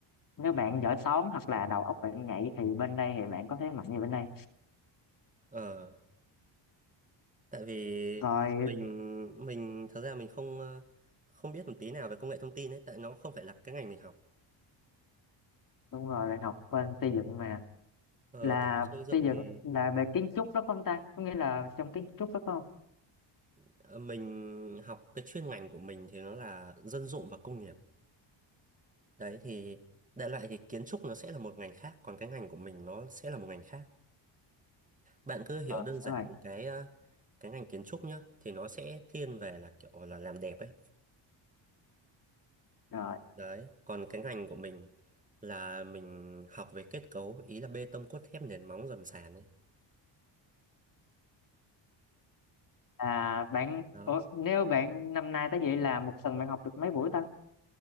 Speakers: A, on the left; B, on the right.
A: nếu bạn giỏi toán hoặc là đầu óc bạn nhạy thì bên đây thì bạn có thế mạnh như bên đây
B: ờ tại vì
A: rồi
B: mình mình thật ra mình không ờ, không biết một tí nào về công nghệ thông tin ấy tại nó không phải là cái ngành mình học
A: đúng rồi bạn học bên xây dựng mà
B: ờ,
A: là
B: tôi học xây dựng
A: xây dựng
B: thì
A: là về kiến trúc đó phải không ta có nghĩa là trong kiến trúc đó phải không
B: ờ, mình học cái chuyên ngành của mình thì nó là dân dụng và công nghiệp đấy thì đại loại thì kiến trúc nó sẽ là một ngành khác còn cái ngành của mình nó sẽ là một ngành khác bạn cứ hiểu
A: rồi
B: đơn giản
A: đúng rồi
B: là cái ờ, cái ngành kiến trúc nhá thì nó sẽ thiên về là kiểu là làm đẹp ấy
A: rồi
B: đấy còn cái ngành của mình là mình học về kết cấu ý là bê tông cốt thép nền móng dầm sàn ấy
A: à bạn
B: đó
A: Ủa, nếu bạn năm nay tới vậy là một tuần bạn học được mấy buổi ta